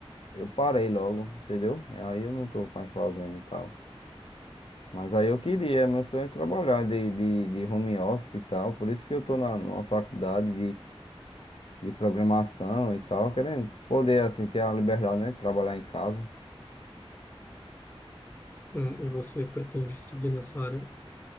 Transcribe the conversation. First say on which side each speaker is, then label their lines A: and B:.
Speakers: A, on the left; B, on the left.
A: eu parei logo, entendeu? E aí eu não tô mais fazendo e tal. Mas aí eu queria, meu sonho é trabalhar de, de, de home office e tal. Por isso que eu tô na, numa faculdade de programação e tal, querendo poder, assim, ter a liberdade, né? de Trabalhar em casa.
B: hum, e você pretende seguir nessa área,